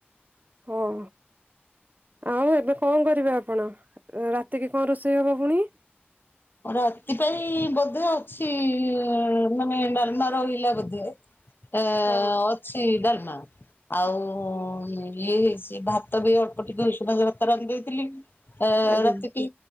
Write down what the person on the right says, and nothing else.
ହଁ। ଆଉ ଏବେ କଁ କରିବେ ଆପଣ ଏଁ ରାତିକି କଁ ରୋଷେଇ ହବ ଫୁଣି?
ହଁ
ଆଜ୍ଞା